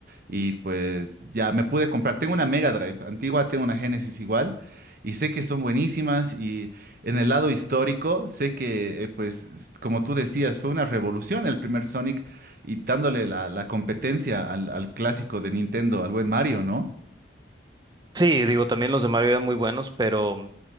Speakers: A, on the right; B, on the right.
A: y pues ya me pude comprar. Tengo una Mega Drive antigua, tengo una Genesis igual y sé que son buenísimas y en el lado histórico sé que eh, pues s- como tú decías fue una revolución el primer Sonic y dándole la, la competencia al, al clásico de Nintendo, al buen Mario, ¿no?
B: Sí, digo, también los de Mario eran muy buenos, pero mm,